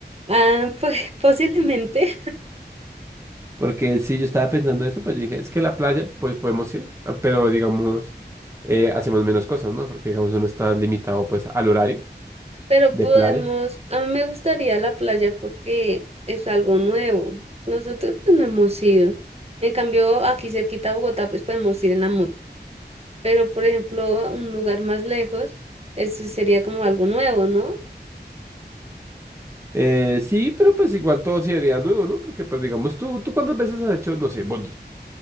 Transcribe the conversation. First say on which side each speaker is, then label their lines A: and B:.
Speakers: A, on the right; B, on the right.
A: Ah, pues <laughs> posiblemente,
B: Porque sí, yo estaba pensando eso, pero yo dije, es que la playa, pues podemos ir, ah, pero digamos, eh, hacemos menos cosas, ¿no? Porque digamos, uno está limitado pues al horario
A: pero
B: de
A: podemos,
B: playa.
A: a mí me gustaría la playa porque es algo nuevo, nosotros no hemos ido, en cambio aquí cerquita a Bogotá pues podemos ir en la moto pero por ejemplo, a un lugar más lejos, eso sería como algo nuevo, ¿no?
B: Eh, sí, pero pues igual todo sería nuevo, ¿no? Porque pues digamos, tú, ¿tú cuántas veces has hecho, no sé, bungee?